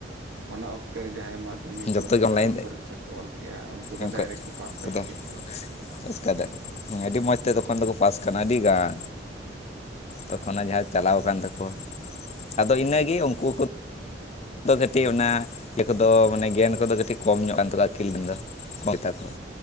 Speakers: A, on the right; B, on the left.
A: ᱚᱱᱟ ᱚᱠᱛᱮ ᱨᱮ ᱡᱟᱦᱟᱸᱭ ᱢᱟᱫᱽᱫᱷᱚᱢᱤᱠ
B: ᱡᱚᱛᱚ
A: ᱯᱚᱨᱤᱠᱠᱷᱟ
B: ᱜᱮ ᱚᱱᱞᱟᱭᱤᱱ
A: ᱵᱳᱨᱰ ᱯᱚᱨᱤᱠᱠᱷᱟ ᱠᱚ ᱚᱞ ᱠᱮᱜᱼᱟ ᱩᱱᱠᱩ ᱫᱚ
B: ᱚᱱᱠᱟ
A: ᱰᱟᱭᱨᱮᱴ ᱠᱚ ᱯᱟᱥ ᱪᱟᱵᱟ
B: ᱠᱚᱫᱚ
A: ᱠᱮᱫ ᱠᱚᱣᱟ᱾
B: ᱯᱟᱥ ᱠᱟᱫᱟ ᱦᱮᱸ ᱟᱹᱰᱤ ᱢᱚᱸᱡᱽ ᱛᱮ ᱛᱚᱠᱷᱚᱱ ᱫᱚᱠᱚ ᱯᱟᱥ ᱠᱟᱱᱟ ᱟᱹᱰᱤ ᱜᱟᱱ
A: ᱦᱩᱸ
B: ᱛᱚᱠᱷᱚᱱᱟᱜ ᱡᱟᱦᱟᱸ ᱪᱟᱞᱟᱣ ᱠᱟᱱ ᱛᱟᱠᱚᱣᱟ ᱟᱫᱚ ᱤᱱᱟᱹᱜᱮ ᱩᱱᱠᱩ ᱦᱚᱸᱠᱚ ᱫᱚ ᱠᱟᱹᱴᱤᱡ ᱚᱱᱟ ᱤᱭᱟᱹ ᱠᱚᱫᱚ ᱢᱟᱱᱮ ᱜᱮᱭᱟᱱ ᱠᱚᱫᱚ ᱠᱟᱹᱴᱤᱡ ᱠᱚᱢ ᱧᱚᱜ ᱠᱟᱱ ᱛᱟᱠᱚᱣᱟ ᱟᱹᱠᱤᱞ ᱠᱤᱱ ᱫᱚ᱾ ᱠᱚᱭ ᱛᱟᱠᱚᱣᱟ᱾